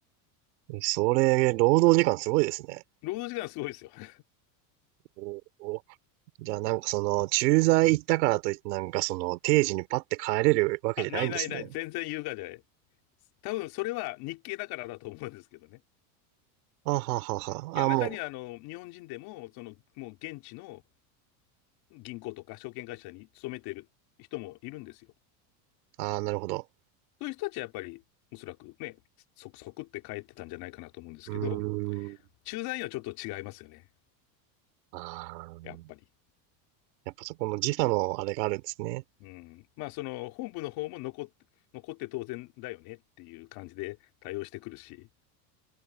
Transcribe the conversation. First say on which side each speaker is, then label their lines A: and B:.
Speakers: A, on the right (about 80°); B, on the left (about 45°).
A: それ、労働時間すごいですね。
B: 労働時間すごいですよ。<laughs>
A: おーじゃあなんかその、駐在行ったからといってなんかその、定時にパッて帰れるわけじゃないんですね。
B: あ、ないないない。全然優雅じゃない。多分、それは日系だからだと思うんですけどね。
A: あははは。
B: いや、
A: あ、
B: 中には、
A: も
B: あの、日本人でも、その、もう現地の銀行とか証券会社に勤めている人もいるんですよ。
A: う、あーなるほど。
B: そういう人たちはやっぱり、おそらくね、即即って帰ってたんじゃないかなと思うんですけど、
A: うーん。
B: 駐在員はちょっと違いますよね、
A: あー
B: やっぱり。
A: やっぱそこの時差のあれがあるんですね。
B: うん。まあ、その本部の方も残って、残って当然だよねっていう感じで対応してくるし、